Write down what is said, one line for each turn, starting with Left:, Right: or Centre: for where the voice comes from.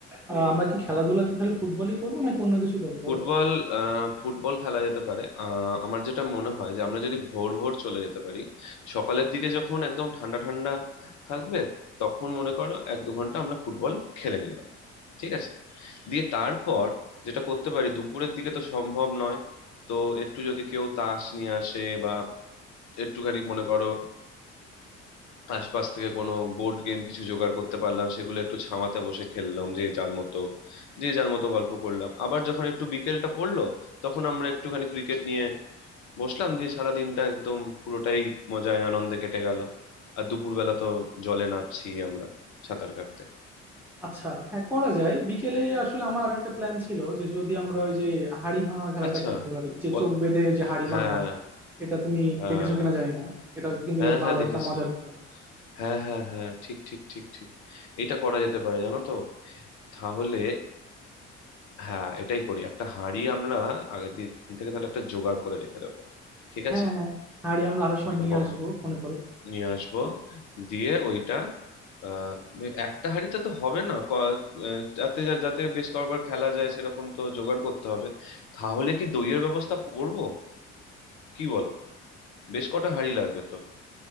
Centre: আহ, আমরা কি খেলাধুলা কি খালি ফুটবলই করবো নাকি অন্য কিছু করবো বলো
Left: ফুটবল
Centre: তো
Left: আহ, ফুটবল খেলা যেতে পারে আহ, আমার যেটা মনে হয় যে আমরা যদি ভোর ভোর চলে যেতে পারি সকালের দিকে যখন একদম ঠান্ডা ঠান্ডা থাকবে তখন মনে করো এক দু ঘন্টা আমরা ফুটবল খেলে নিলাম ঠিক আছে দিয়ে তারপর যেটা করতে পারি দুপুরের দিকে তো সম্ভব নয় তো একটু যদি কেউ তাস নিয়ে আসে বা একটুখানি মনে করো আশপাশ থেকে কোনো বোর্ড গেম কিছু জোগাড় করতে পারলাম সেগুলো একটু ছামাতে বসে খেললাম যে যার মতো যে যার মতো গল্প করলাম আবার যখন একটু বিকেলটা পড়লো তখন আমরা একটুখানি ক্রিকেট নিয়ে বসলাম দিয়ে সারা দিনটা একদম পুরোটাই মজায় আনন্দে কেটে গেল আর দুপুরবেলা তো জলে নামছি আমরা সাঁতার কাটতে
Centre: আচ্ছা হ্যাঁ করা যায় বিকেলে আসলে আমার আরেকটা প্ল্যান ছিল যে যদি আমরা ওই যে হাড়ি ভাঙা খেলাটা
Left: আচ্ছা
Centre: খেলতে পারি যে
Left: বলো
Centre: চোখ বেঁধে যে হাড়ি
Left: হ্যাঁ
Centre: ভাঙা এটা তুমি
Left: হ্যাঁ
Centre: দেখেছো কিনা জানি না এটা কিন্তু
Left: হ্যাঁ
Centre: বেশ
Left: হ্যাঁ
Centre: ভালো
Left: দেখেছি
Centre: একটা মজার খেলা
Left: হ্যাঁ হ্যাঁ হ্যাঁ ঠিক ঠিক ঠিক ঠিক এটা করা যেতে পারে জানো তো তাহলে হ্যাঁ এটাই করি একটা হাঁড়ি আমরা আগের দিন থেকে তাহলে একটা জোগাড় করে রেখে দেবো ঠিক
Centre: হ্যাঁ
Left: আছে
Centre: হ্যাঁ হাঁড়ি আমরা আসার সময়
Left: একটা
Centre: নিয়ে
Left: বড়
Centre: আসবো মনে করো
Left: নিয়ে আসবো দিয়ে ওইটা আহ, একটা হাঁড়িতে তো হবে না ক- আহ, যাতে যা- যাতে বেশ কয়েকবার খেলা যায় সেরকম তো জোগাড় করতে হবে তাহলে কি দইয়ের ব্যবস্থা করব কি বলো বেশ কটা হাঁড়ি লাগবে তো